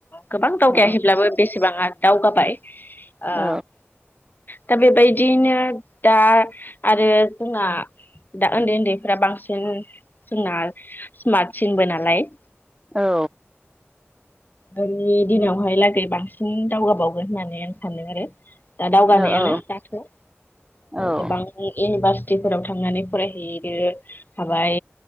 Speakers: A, on the left; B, on the right.
A: गोबां दावगायाहैब्लाबो
B: औ
A: बेसेबांआ दावगाबाय ओ
B: औ
A: दा बेबायदियैनो दा आरो जोंना दा उन्दै उन्दैफ्रा बांसिन जोंना स्मार्टसिनबो नालाय
B: औ
A: जोंनि दिनावहाय लागै बांसिन दावगाबावगोन होननानै आं सानदों आरो दा दावगानायानो
B: औ
A: दाथ ओ
B: औ
A: गोबां
B: औ
A: एनिभास तिफोराव थांनानै फरायहैदो हाबाय